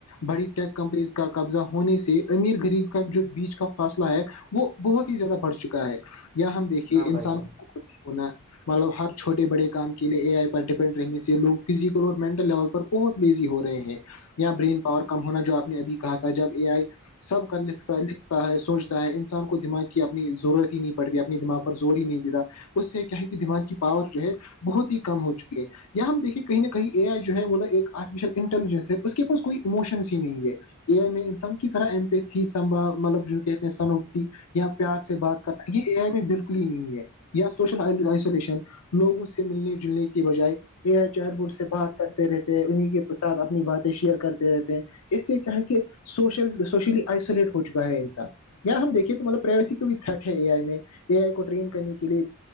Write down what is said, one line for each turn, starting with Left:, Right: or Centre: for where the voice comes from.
Left: بڑی ٹیک کمپنیز کا قبضہ ہونے سے امیر غریب کا جو بیچ کا فاصلہ ہے وہ بہت ہی زیادہ بڑھ چکا ہے یا ہم دیکھیے
Right: ہاں
Left: انسان
Right: بھائی جان
Left: کو ہونا مطلب ہر چھوٹے بڑے کام کے لیے اے آئی پر ڈپینڈ رہنے سے لوگ فزیکل اور مینٹل لیول پر بہت لیزی ہو رہے ہیں یا برین پاور کم ہونا جو آپ نے ابھی کہا تھا جب اے آئی سب کا لکھتا لکھتا ہے سوچتا ہے انسان کو دماغ کی اپنی ضرورت ہی نہیں پڑھ رہی اپنی دماغ کو زور ہی نہیں دتاا اس سے کیا ہے کہ دماغ کی پاور جو ہے بہت ہی کم ہو چکی ہے یا ہم دیکے کہیں نہ کہیں اے آئی جو ہے وہ نا ایک آرٹیفیشیل انٹیلیجنس ہے اس کے پاس کوئی ایموشنس ہی نہیں ہے اے آئی میں انسان کی طرح امپیھی سمبھا مطلب کہتے ہیں سنوبتی یا پیار سے بات کرنا یہ ا بالکل نہیں ہے یا سوشل آئسولیشن لوگوں سے ملنے جلنے کے بجائے اے آئی چار بٹ سے بات کرتے رہتے ہیں انہیں کے ساتھ اپنی بات شیئر کرتے رہتے ہیں اس سے کیا ہے کہ سوشل سوشلی آئسولیٹ ہو چکا ہے انسان یہ ہم دیکے تم مطلب پرائیویسی کا بھی تھرٹ ہے اے آئی میں اے آئی کو ٹریم کرنے کے لیے